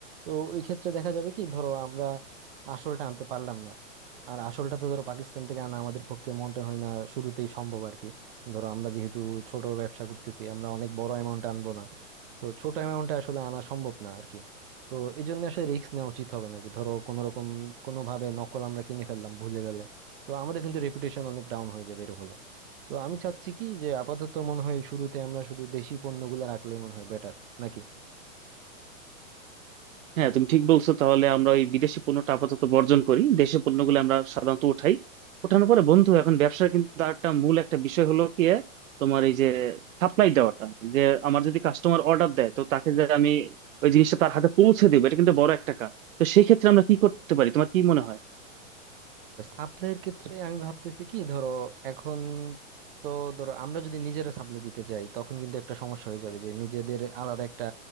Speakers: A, on the right; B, on the right.
A: তো এই ক্ষেত্রে দেখা যাবে কি ধরো আমরা আসলটা আনতে পারলাম না আর আসলটা তো ধরো পাকিস্তান থেকে আনা আমাদের পক্ষে মনে হয় না শুরুতেই সম্ভব আর কি ধরো আমরা যেহেতু ছোট ব্যবসা করতেছি আমরা অনেক বড় অ্যামাউন্ট আনবো না তো ছোট অ্যামাউন্টে আসলে আনা সম্ভব না আর কি তো এই জন্য আসলে রিস্ক নেওয়া উচিত হবে নাকি ধরো কোনো রকম কোনো ভাবে নকল আমরা কিনে ফেললাম ভুলে গেলে তো আমাদের কিন্তু রেপুটেশন অনেক ডাউন হয়ে যাবে এর ফলে তো আমি চাচ্ছি কি যে আপাতত মনে হয় শুরুতে আমরা শুধু দেশি পণ্যগুলো রাখলেই মনে হয় বেটার নাকি
B: হ্যাঁ তুমি ঠিক বলছো তাহলে আমরা ওই বিদেশি পণ্যটা আপাতত বর্জন করি দেশি পণ্যগুলো আমরা সাধারণত উঠাই ওঠানোর পরে বন্ধু এখন ব্যবসার কিন্তু আরেকটা মূল একটা বিষয় হলো কি তোমার এই যে সাপ্লাই দেওয়াটা যে আমার যদি কাস্টমার অর্ডার দেয় তো তাকে যে আমি ওই জিনিসটা তার হাতে পৌঁছে দেবো এটা কিন্তু বড় একটা কাজ তো সেক্ষেত্রে আমরা কি করতে পারি তোমার কি মনে হয়
A: সাপ্লাইয়ের ক্ষেত্রে আমি ভাবতেছি কি ধরো এখন তো ধরো আমরা যদি নিজেরা সাপ্লাই দিতে যাই তখন কিন্তু একটা সমস্যা হয়ে যাবে যে নিজেদের আলাদা একটা